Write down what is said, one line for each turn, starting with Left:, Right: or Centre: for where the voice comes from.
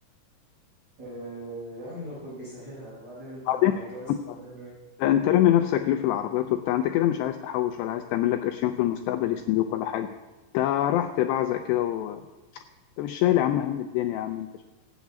Right: أه يا عم ربك بيسهلها وبعدين أنت
Left: وبعدين
Right: الجواز
Left: يا أسطى
Right: ده منه إيه
Left: أنت أنت رامي نفسك ليه في العربيات وبتاع أنت كده مش عايز تحوش ولا عايز تعمل لك قرشين في المستقبل يسندوك ولا حاجة أنت راح تبعزق كده انت مش شايل يا عم هم الدنيا يا عم انت